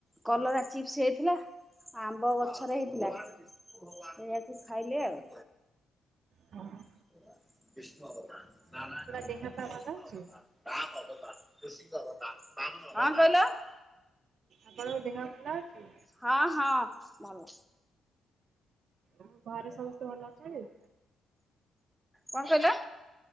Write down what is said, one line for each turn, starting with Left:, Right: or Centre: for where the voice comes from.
Centre: କଲରା ଚିପ୍ସ ହେଇଥିଲା ଆମ୍ବ ଗଛରେ ହେଇଥିଲା। ଏଇଆକୁ ଖାଇଲେ ଆଉ।
Right: ହଁ।
Centre: <unintelligible> <inaudible>
Right: ଦେହ ପା ଭଲ ଅଛି?
Centre: କଁ କହିଲ?
Right: ଆପଣଙ୍କ ଦେହ ଭଲ ଅଛି।
Centre: ହଁ ହଁ ଭଲ।
Right: ଆଉ ଘରେ ସମସ୍ତେ ଭଲ ଅଛନ୍ତି।
Centre: କଁ କହିଲ?